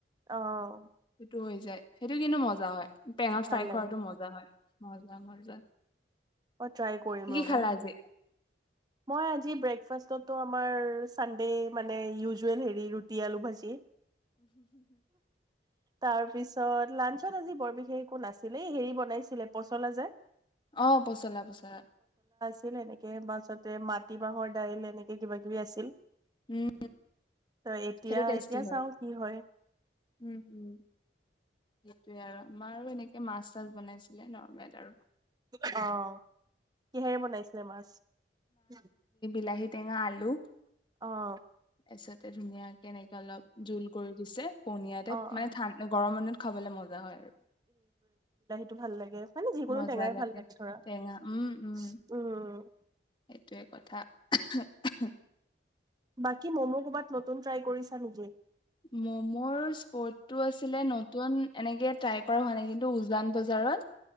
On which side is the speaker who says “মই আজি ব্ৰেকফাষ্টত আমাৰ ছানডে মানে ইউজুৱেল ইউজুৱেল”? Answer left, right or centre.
Right